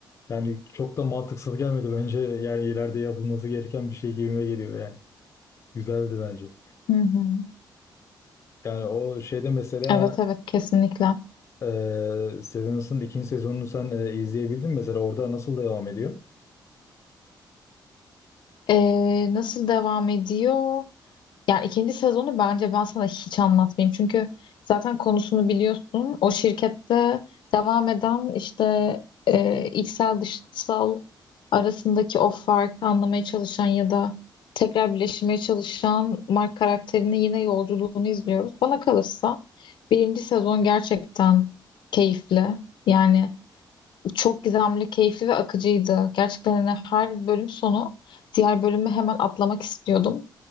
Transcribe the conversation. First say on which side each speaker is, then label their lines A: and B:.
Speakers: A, on the left; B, on the left.
A: Yani çok da mantıksız gelmedi bence. Yani ileride yapılması gereken bir şey gibime geliyor yani. Güzeldi bence.
B: Hı hı.
A: Yani o şeyde mesela
B: Evet evet kesinlikle.
A: Ee, Severance'ın ikinci sezonunu sen e, izleyebildin mi? Mesela orada nasıl devam ediyor?
B: E, nasıl devam ediyor? Yani ikinci sezonu bence ben sana hiç anlatmayayım. Çünkü zaten konusunu biliyorsun. O şirkette devam eden işte e, içsel dışsal arasındaki o farkı anlamaya çalışan ya da tekrar birleşmeye çalışan Mark karakterinin yine yolculuğunu izliyoruz. Bana kalırsa birinci sezon gerçekten keyifli. Yani çok gizemli, keyifli ve akıcıydı. Gerçekten hani her bölüm sonu diğer bölümü hemen atlamak istiyordum.